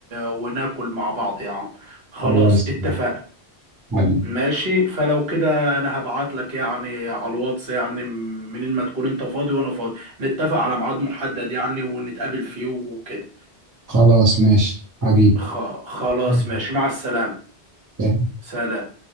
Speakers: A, on the right; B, on the right.
A: وناكل مع بعض يا عم خلاص
B: خلاص
A: اتفقنا
B: حبيبي
A: ماشي فلو كده انا هبعت لك يعني على الواتس يعني منين ما تكون انت فاضي وانا فاضي نتفق على ميعاد محدد يعني ونتقابل فيه وكده
B: خلاص ماشي حبيبي
A: خ... خلاص
B: ترجمة
A: ماشي
B: نانسي
A: مع السلامة
B: قنقر
A: سلام